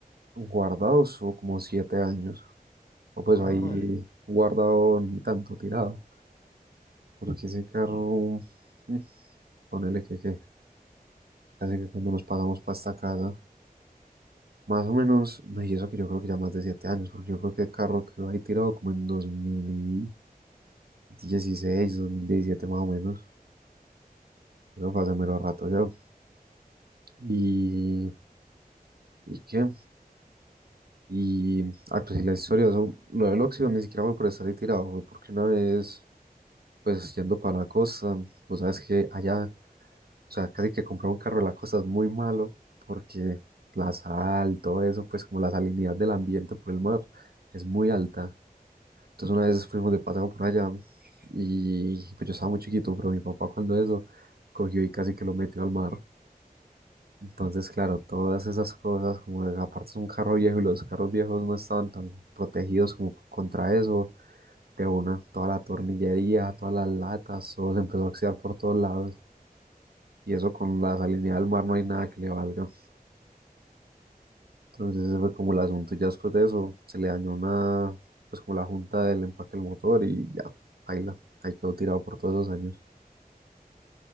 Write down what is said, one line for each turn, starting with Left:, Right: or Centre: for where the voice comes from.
Right: guardado estuvo como siete años. O pues
Left: No
Right: ahí
Left: fue madre.
Right: guardado ni tanto tirado. Porque ese carro, mm, ponele que, que Así que cuando nos pasamos para esta casa, más o menos, no, y eso que yo creo que ya más de siete años, porque yo creo que el carro quedó ahí tirado como en 2016, 2017 más o menos. Eso fue hace mero rato ya. Y, ¿y qué? Y, ah, pues sí, la historia, eso, lo del óxido ni siquiera fue por estar ahí tirado, fue porque una vez, pues yendo para la costa, pues sabes que allá O sea, casi que comprar un carro de la costa es muy malo porque la sal, todo eso, pues como la salinidad del ambiente por el mar es muy alta. Entonces una vez fuimos de paseo por allá y pues yo estaba muy chiquito, pero mi papá cuando eso cogió y casi que lo metió al mar. Entonces, claro, todas esas cosas, como de- aparte es un carro viejo y los carros viejos no estaban tan protegidos como contra eso, de una, toda la tornillería, todas las latas, todo se empezó a oxidar por todos lados. Y eso con la salinidad del mar no hay nada que le valga. Entonces ese fue como el asunto. Y ya después de eso se le dañó una, pues como la junta del empaque del motor y ya, baila. Ahí quedó tirado por todos esos años.